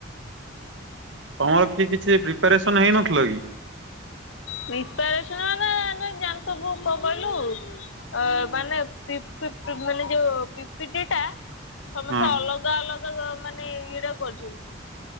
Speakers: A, on the right (about 75°); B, on the left (about 85°).
A: ତମର କି କିଛି ପ୍ରିପାରେସନ ହେଇନଥିଲ କି?
B: ପ୍ରିପାରେସନ ମନେ ଜାଣିଥିବୁ କଣ କଲୁ। ଅ ମାନେ ପି ପି ମାନେ ଯୋଉ ପିପିଟି ଟା ସମସ୍ତେ
A: ହଁ
B: ଅଲଗା ଅଲଗା ମାନେ ଇଏଟା କରିଛନ୍ତି।